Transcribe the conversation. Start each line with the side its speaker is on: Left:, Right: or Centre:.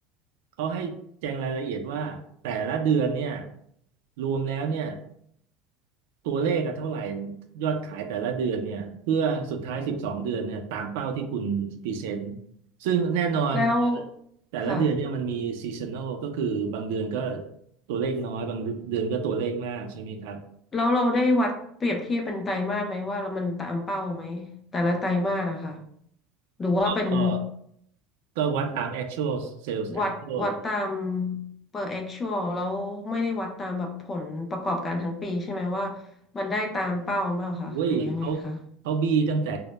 Right: เขาให้แจงรายละเอียดว่าแต่ละเดือนเนี่ยรวมแล้วเนี่ย ตัวเลขอะเท่าไหร่ยอดขายแต่ละเดือนเนี่ยเพื่อสุดท้ายสิบสองเดือนเนี่ยตามเป้าที่คุณพรีเซนต์ซึ่งแน่นอน
Left: แล้ว
Right: แต่ละเดือนเนี่ยมันมีซีซัน
Left: ค่ะ
Right: a ลก็คือบางเดือนก็ตัวเลขน้อยบางเดือนก็ตัวเลขมากใช่ไหมครับ
Left: แล้วเราได้วัดเปรียบเทียบเป็นไตรมาสไหมว่ามันตามเป้าไหมแต่ละไตรมาสอะค่ะหรือว่าเป็น
Right: ก็ก็วัดตาม actual sales
Left: วัดวัดตาม
Right: actual
Left: per actual แล้วไม่ได้วัดตามแบบผลประกอบการทั้งปีใช่ไหมว่ามันได้ตามเป้าเปล่าคะหรือยังไงคะ
Right: โอ้ยเขาเขาบี้ตั้งแต่